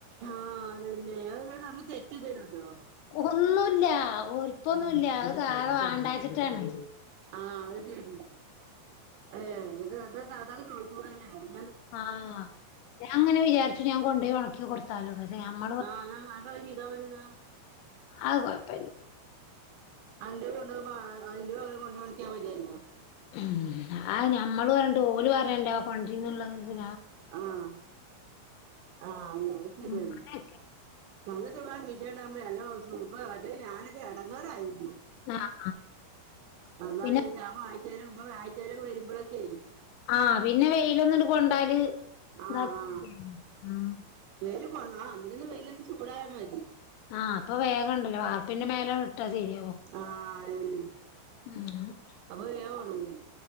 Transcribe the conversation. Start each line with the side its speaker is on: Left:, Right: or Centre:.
Right: ആഹ് അതന്നെ അദ് ഇങ്ങള് തമ്മിൽ തെറ്റ് എന്തേലും ഉണ്ടോ
Left: ഒന്നുല്ല ഒൽ പ്പൊന്നുല്ല അത് വാണ്ടച്ചിട്ടാണ്
Right: ആഹ് അത് ശരി ഏ ഇത് അത് താ ത്തക് ചോദിച്ച് കൂടല്ലേ <unintelligible>
Left: ആഹ് ഞാൻ അങ്ങനെ വിചാരിച്ചു ഞാൻ കൊണ്ടോയി ആകി കൊടുത്താലോ പക്ഷെ നമ്മ
Right: ആഹ് ഞാ <unintelligible>
Left: അഹ് കൊഴപ്പല്ല
Right: അന്റെ കൊണ്ട് പോകുമ്പോ <unintelligible> മതിയല്ലോ
Left: ഉം ആത് ഞമ്മള് പറണ്ട് ഓല് പറെണ്ടെ കൊണ്ടിരുന്നുള്ളത് ഇതി
Right: ആഹ് ആഹ് അത് ശരിയാണ്
Left: അങ്ങനൊക്കെ
Right: നല്ല സുഖാ <unintelligible> സുഖാ അല്ലേൽഞാനൊക്കെ ഇടങ്ങേ റായിരുന്നു
Left: ആഹ്
Right: അതാ
Left: പിന്നെ
Right: ഈ ശാമം ആഴ്ചയില ഉമ്മ ആഴ്ചയിലൊക്കെ വരുമ്പോഴൊക്കെ
Left: ആഹ് പിന്നെ വെയിലൊന്നുട് കൊണ്ടാല്
Right: ആഹ
Left: ഇതാക്കി
Right: ആഹ
Left: ഉം
Right: വേര് പോണം പിന്നെ വെയിൽ ഒന്ന് ചൂടായ മതീ
Left: ആഹ് അപ്പോ വേഗ ഉണ്ടല്ലോ വാർപ്പിന്റെ മേലെ ഇട്ടാ ശെരിയ
Right: ആഹ് അതെന്നെ
Left: ഉം
Right: അപ്പോ വേം ഉണങ്ങും